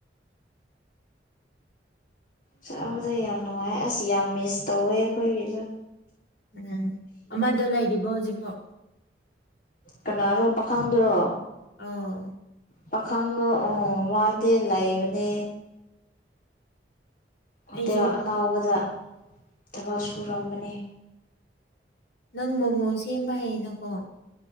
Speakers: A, on the left; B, on the left.
A: <inaudible>
B: ꯆꯥꯕꯗ ꯌꯥꯝ ꯅꯨꯡꯉꯥꯏ ꯑꯁ ꯌꯥꯝ ꯃꯤꯁ ꯇꯧꯋꯦ ꯑꯩꯈꯣꯏꯒꯤꯁꯨ
A: ꯎꯝ ꯑꯃꯗꯣ ꯂꯩꯔꯤꯕꯣ ꯍꯧꯖꯤꯛꯐꯥꯎ?
B: ꯀꯅꯥꯔꯣ ꯄꯥꯈꯪꯗꯨꯔꯣ?
A: ꯑꯧ
B: ꯄꯥꯈꯪꯗꯣ ꯑꯣꯡ ꯃꯥꯗꯤ ꯂꯩꯕꯅꯦ꯫ ꯍꯣꯇꯦꯜ
A: ꯑꯩꯁꯨ
B: ꯑꯅꯥꯎꯕꯗ ꯊꯕꯛ ꯁꯨꯔꯝꯕꯅꯦ
A: ꯅꯪ ꯃꯣꯃꯣ ꯁꯦꯝꯕ ꯍꯥꯏꯌꯦꯅꯀꯣ